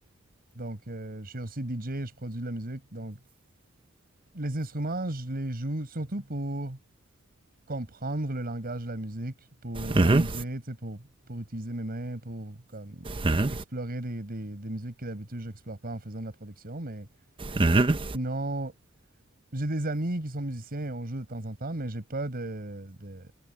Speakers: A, on the right; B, on the right.
A: donc, euh, je suis aussi DJ, je produis de la musique. Donc, les instruments, je les joue surtout pour comprendre le langage de la musique, pour
B: Mhm,
A: m'amuser, tu sais, pour, pour utiliser mes mains, pour comme, e-
B: mhm,
A: explorer des, des, des musiques que d'habitude je n'explore pas en faisant de la production. Mais
B: mhm.
A: sinon, j'ai des amis qui sont musiciens et on joue de temps en temps, mais j'ai pas de, de